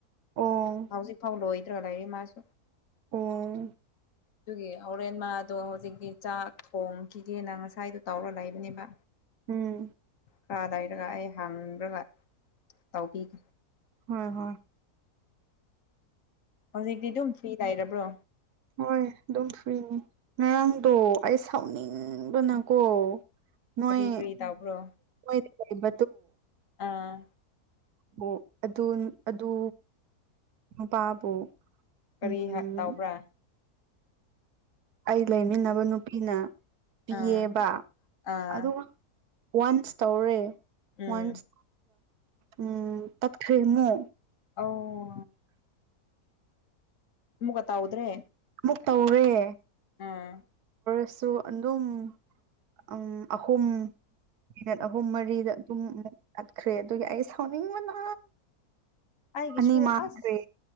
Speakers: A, on the right; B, on the left.
A: ꯑꯣ
B: ꯍꯧꯖꯤꯛ ꯐꯥꯎ ꯂꯣꯏꯗ꯭ꯔꯥ ꯂꯩꯔꯤ ꯃꯥꯁꯨ
A: ꯑꯣ
B: ꯑꯗꯨꯒꯤ ꯍꯣꯔꯦꯟ ꯃꯥꯗꯣ ꯍꯧꯖꯤꯛꯇꯤ ꯆꯥꯛ ꯊꯣꯡꯈꯤꯒꯦꯅ ꯉꯁꯥꯏꯗꯣ ꯇꯧꯔ ꯂꯩꯕꯅꯦꯕ
A: ꯎꯝ
B: ꯈꯔ ꯂꯩꯔꯒ ꯑꯩ ꯍꯡꯈ꯭ꯔꯒ ꯇꯧꯕꯤꯒꯦ
A: ꯍꯣꯏ ꯍꯣꯏ
B: ꯍꯧꯖꯤꯛꯇꯤ ꯑꯗꯨꯝ ꯐ꯭ꯔꯤ ꯂꯩꯔꯕ꯭ꯔꯣ
A: ꯍꯣꯏ ꯑꯗꯨꯝ ꯐ꯭ꯔꯤꯅꯤ ꯉꯔꯥꯡꯗꯣ ꯑꯩ ꯁꯥꯎꯅꯤꯡꯕꯅꯀꯣ ꯃꯣꯏꯣ
B: ꯀꯔꯤ ꯀꯔꯤ ꯇꯧꯕ꯭ꯔꯣ
A: ꯃꯣꯏ <inaudible>
B: ꯑꯥ
A: ꯑꯣ ꯑꯗꯨ ꯑꯗꯨ ꯅꯨꯄꯥꯕꯨ
B: ꯀꯔꯤ
A: ꯎꯝ
B: ꯇꯧꯕ꯭ꯔꯥ
A: ꯑꯩ ꯂꯩꯃꯤꯟꯅꯕ ꯅꯨꯄꯤꯅ ꯄꯤꯌꯦꯕ
B: ꯑꯥ ꯑꯥ
A: ꯑꯗꯨꯒ ꯋꯥꯟꯁ ꯇꯧꯔꯦ
B: ꯎꯝ
A: ꯋꯥꯟꯁ ꯎꯝ ꯇꯞꯈ꯭ꯔꯦꯃꯨꯛ
B: ꯑꯧ ꯑꯃꯨꯒ ꯇꯧꯗ꯭ꯔꯦ
A: ꯑꯃꯨꯛ ꯇꯧꯔꯦ
B: ꯑꯥ
A: ꯁꯣ ꯑꯂꯨꯝ ꯑꯝ ꯑꯍꯨꯝ ꯃꯤꯅꯠ ꯑꯍꯨꯝ ꯃꯔꯤꯗ ꯑꯗꯨꯝ ꯆꯠꯈ꯭ꯔꯦ ꯑꯗꯨꯒꯤ ꯑꯩ ꯁꯥꯎꯅꯤꯡꯕꯅ
B: ꯑꯩꯒꯤꯁꯨꯨ
A: ꯑꯅꯤ ꯃꯥꯡꯈ꯭ꯔꯦ
B: ꯑꯁ